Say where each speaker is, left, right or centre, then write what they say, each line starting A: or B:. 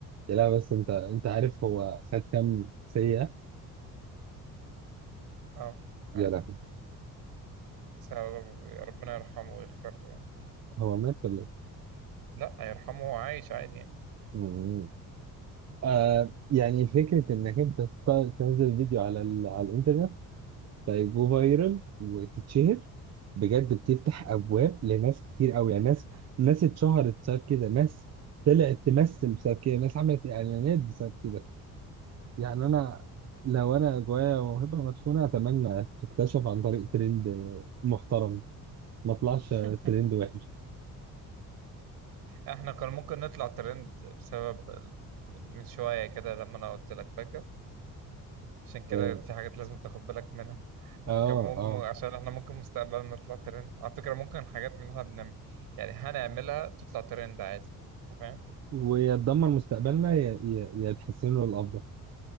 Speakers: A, on the right; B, on the right.
A: لا بس انت انت عارف هو خد كام سيئة
B: اه عارف
A: يا لهوي
B: بس يا رب- يا ربنا يرحمه ويغفر له يعني
A: هو مات ولا ايه؟
B: لا يرحمه هو عايش عادي يعني
A: مم. آه يعني فكرة انك انت ت- تنزل فيديو على ال... على الانترنت فيجو فايرال وتتشهر بجد بتفتح ابواب لناس كتير قوي يعني ناس ناس اتشهرت بسبب كده ناس طلعت تمثل بسبب كده ناس عملت اعلانات بسبب كده يعني انا لو انا جوايا موهبة مدفونة اتمنى تكتشف عن طريق ترند محترم ما طلعش
B: <laughs>
A: ترند وحش
B: احنا كان ممكن نطلع ترند بسبب ال- من من شوية كده لما انا قلت لك فاكر عشان كده
A: اه
B: في حاجات لازم تاخد بالك منها
A: اه
B: كان ممكن
A: آه.
B: عشان احنا ممكن مستقبلا نطلع ترند على فكرة ممكن حاجات من اللي احنا بنعمل يعني هنعملها تطلع ترند عادي انت فاهم
A: ويتدمر مستقبلنا يا يا يا يتحسن له الافضل